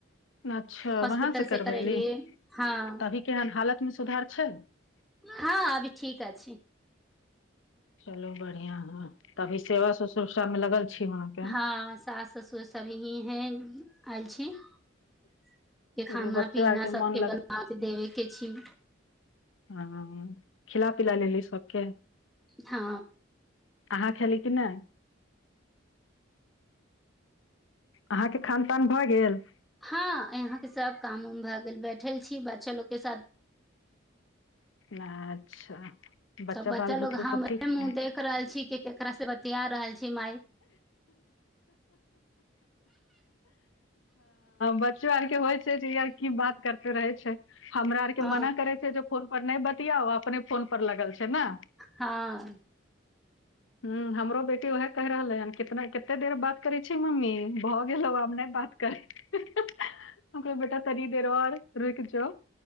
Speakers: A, on the left (about 80°); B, in the centre.
A: अच्छा
B: हॉस्पिटल
A: वहां से करबैली
B: करेलियै हँ
A: त अभी केहन हालत मे सुधार छै।
B: हँ अभी ठीक अ छी।
A: चलू बढ़िया ह तभी सेवा ससुर सब मे लगल। छी अहाँके
B: हँ सास ससुर सब ही हैं। आलछी के
A: चलू
B: खाना
A: बच्चो
B: पीना
A: आरके
B: सबके
A: मोन
B: बना के देबे के छी।
A: ह खिला पिला लेली सबके।
B: हँ।
A: अहाँ खेली कि नहि। अहाँके खान पान भए गेल।
B: हँ यहाँके सब काम उम भए गेल बैठल छी बच्चा लोगके साथ।
A: अच्छा।
B: सब बच्चा
A: बाल
B: लोग
A: बुतरू
B: हम
A: सब ठीक छै
B: मुह देख रहल छी कि केकरा से बतिया रहल छी माय।
A: बच्चो आरके होइ छै। जहिया की बात करते रहे छै। हमरा आरके
B: हँ
A: मना करै छै जे। फोन पर नहि बतियाउ अपने फोन पर लगल छै। ने
B: हँ।
A: ह हमरो बेटी उएहे कहि रहले ह। कितना कते देर बात करे छी मम्मी भ गेलो आब नहि बात कर कह बेटा तनी देर और। रुक जो।